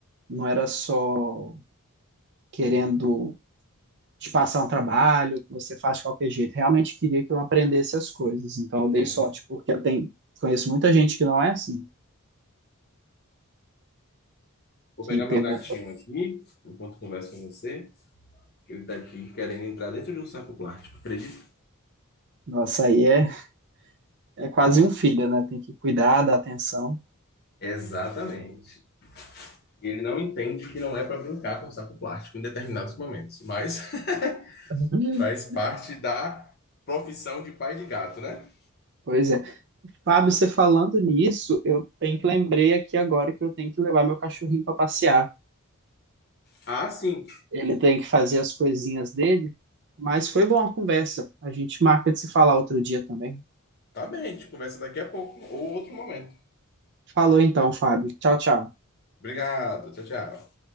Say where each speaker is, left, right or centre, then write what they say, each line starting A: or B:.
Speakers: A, on the right (about 55°); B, on the left (about 50°).
A: Não era só querendo te passar um trabalho que você faz de qualquer jeito. Realmente queria que eu aprendesse as coisas. Então
B: Entendo.
A: eu dei sorte, porque eu tenho, conheço muita gente que não é assim.
B: Vou
A: que
B: pegar
A: pegou.
B: meu gatinho aqui, enquanto converso com você, que ele está aqui querendo entrar dentro de um saco plástico, acredita?
A: Nossa, aí é, é quase um filho, né? Tem que cuidar, dar atenção.
B: Exatamente. E ele não entende que não é para brincar com saco plástico em determinados momentos, mas <laughs>
A: Uhum.
B: faz parte da profissão de pai de gato, né?
A: Pois é. Fábio, você falando nisso, eu tenho que lembrei aqui agora que eu tenho que levar meu cachorrinho para passear.
B: Ah, sim.
A: Ele tem que fazer as coisinhas dele, mas foi boa a conversa. A gente marca de se falar outro dia também.
B: Tá bem, a gente conversa daqui a pouco ou outro momento.
A: Falou então, Fábio. Tchau, tchau.
B: Obrigado, tchau, tchau.